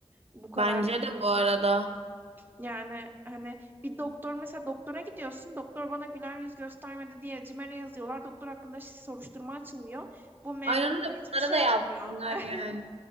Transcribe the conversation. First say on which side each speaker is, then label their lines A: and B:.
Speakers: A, on the right; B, on the right.
A: Bu kadar
B: Bence de bu arada.
A: Yani hani bir doktor mesela doktora gidiyorsun. Doktor bana güler yüz göstermedi diye CİMER'e yazıyorlar. Doktor hakkında şi- soruşturma açılıyor. Bu memurda
B: Aynen öyle bunlara
A: hiçbir şey
B: da yapsınlar
A: olmuyor. <laughs>
B: yani.